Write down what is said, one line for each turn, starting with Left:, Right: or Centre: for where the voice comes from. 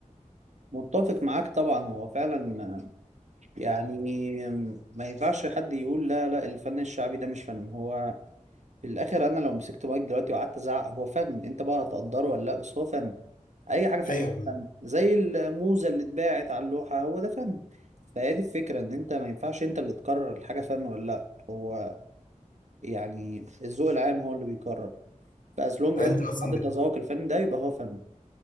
Right: متفق معاك طبعا هو فعلا يعني ما ينفعش حد يقول لا لا الفن الشعبي ده مش فن هو في الاخر انا لو مسكت مايك دلوقتي وقعدت ازعق هو فن انت بقى هتقدره ولا لا بس هو فن اي حاجه في الدنيا
Left: ايوه
Right: فن زي الموزه اللي اتباعت على اللوحه هو ده فن فهي دي الفكره ان انت ما ينفعش انت اللي تقرر الحاجه فن ولا لا هو يعني الذوق العام هو اللي بيقرر فاز لونج
Left: انت
Right: از
Left: اصلا
Right: في حد
Left: بت...
Right: تذوق الفن ده يبقى هو فن